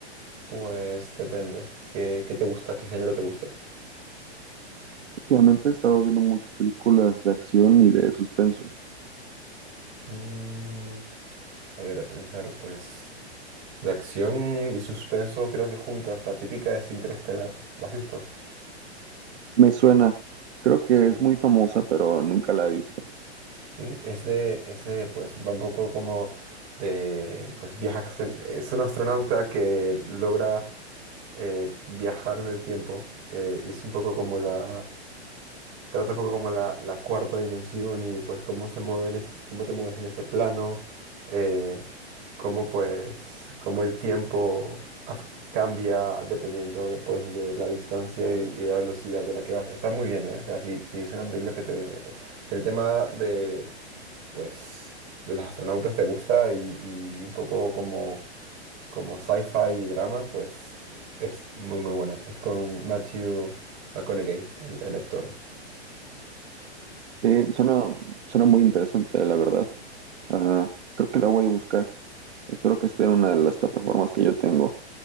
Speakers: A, on the right (about 35°); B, on the right (about 75°).
A: Pues depende. ¿Qué, qué te gusta? ¿Qué género te gusta?
B: Últimamente he estado viendo muchas películas de acción y de suspenso.
A: Mm, a ver, a pensar, pues de acción y suspenso creo que juntas. La típica es Interestelar. ¿La has visto?
B: Me suena, creo que
A: Sí.
B: es muy famosa, pero nunca la he visto.
A: Sí, es de, es de, pues va un poco como de, pues viajas. en- es un astronauta que logra eh, viajar en el tiempo eh, y es un poco como la Trata un poco como la, la cuarta dimensión y pues cómo se mueven este, cómo te mueves en ese plano, eh, cómo pues, cómo el tiempo af- cambia dependiendo después de la distancia y, y la velocidad de la que vas. Está muy bien, ¿eh? O sea, si, si es una película que te... Si el tema de, pues, de los astronautas te gusta y, y un poco como, como sci-fi y drama, pues es muy, muy buena. Es con Matthew McConaughey, el el actor.
B: Sí, suena, suena muy interesante, la verdad. Ah, creo que la voy a buscar. Espero que esté en una de las plataformas que yo tengo.